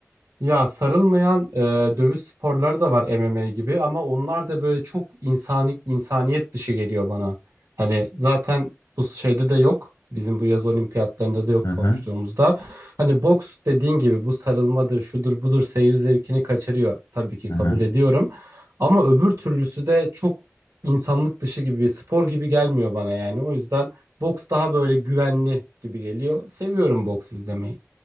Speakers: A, on the right (about 80°); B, on the left (about 75°).
A: Ya sarılmayan e, dövüş sporları da var MMA gibi ama onlar da böyle çok insani insaniyet dışı geliyor bana. Hani zaten bu şeyde de yok. Bizim bu yaz olimpiyatlarında da yok
B: Hı hı.
A: konuştuğumuzda. Hani boks dediğin gibi bu sarılmadır, şudur budur seyir zevkini kaçırıyor. Tabii ki
B: Hı
A: kabul
B: hı.
A: ediyorum. Ama öbür türlüsü de çok insanlık dışı gibi, spor gibi gelmiyor bana yani. O yüzden boks daha böyle güvenli gibi geliyor. Seviyorum boks izlemeyi.